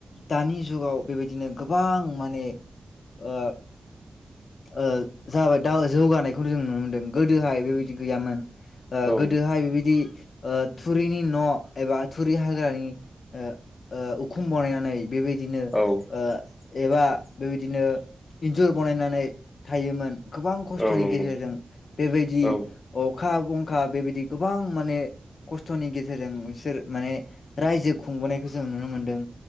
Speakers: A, on the left (about 75°); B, on the left (about 20°).
A: दानि जुगाव बेबायदिनो गोबां माने ओ ओ जाबाय दा जौगानायखौ जों नुनो मोन्दों, गोदोहाय बेबायदि गैयामोन। ओ
B: औ
A: गोदोहाय बेबायदि ओ थुरिनि न' एबा थुरि हाग्रानि ओ ओ उखुम बानायनानै बेबायदिनो
B: औ
A: ओ एबा बेबायदिनो इन्जुर बानायनानै थायोमोन। गोबां खस्थ'नि
B: औ नंगौ
A: गेजेरजों बेबायदि
B: औ
A: ओ अखा बंखा बेबायदि गोबां माने खस्थ'नि गेजेरजों बिसोर माने रायजो खुंबोनायखौ जों नुनो मोन्दों।